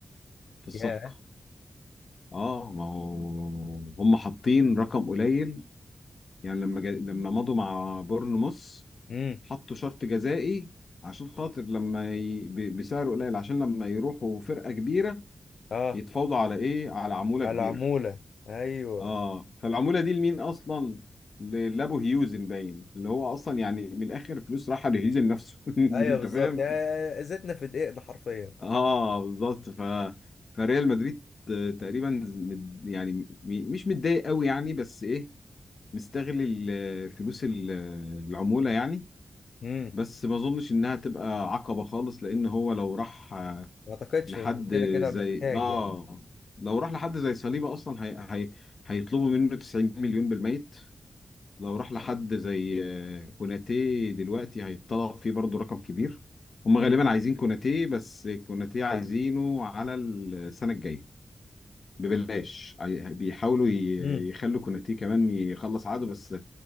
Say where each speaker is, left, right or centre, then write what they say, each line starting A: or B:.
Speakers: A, on the left; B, on the left.
A: في الصفقه
B: ياه
A: اه ما هو هم حاطين رقم قليل يعني لما جا... لما مضوا مع بورنموث
B: امم
A: حطوا شرط جزائي عشان خاطر لما ي... ب... بسعر قليل عشان لما يروحوا فرقة كبيرة
B: اه
A: يتفاوضوا على ايه على عمولة
B: على
A: كبيرة
B: العمولة ايوه
A: اه فالعمولة دي لمين اصلا ل- لابو هيوزن باين اللي هو اصلا يعني من الاخر فلوس رايحة لهيوزن نفسه <laughs> انت
B: ايوه بالظبط
A: فاهم
B: يعني زيتنا في دقيقنا حرفيا
A: اه بالظبط ف فريال مدريد آه، تقريبا مد- يعني م- مش متضايق قوي يعني بس ايه مستغل ال- فلوس ال- العمولة يعني
B: امم
A: بس ما اظنش انها تبقى عقبة خالص لان هو لو راح آه،
B: ما اعتقدش
A: لحد
B: ان كده كده
A: زي
B: محتاج
A: اه
B: يعني
A: لو راح لحد زي صليبة اصلا هي... هي... هيطلبوا منه 90 مليون بالميت لو راح لحد زي آه، كوناتي دلوقتي هيتطلب فيه برضه رقم كبير هم
B: امم
A: غالبا عايزين كوناتي بس كوناتي عايزينه على السنة الجاية ببلاش عاي- بيحاولوا ي-
B: امم
A: يخلوا كوناتي كمان يخلص عقده بس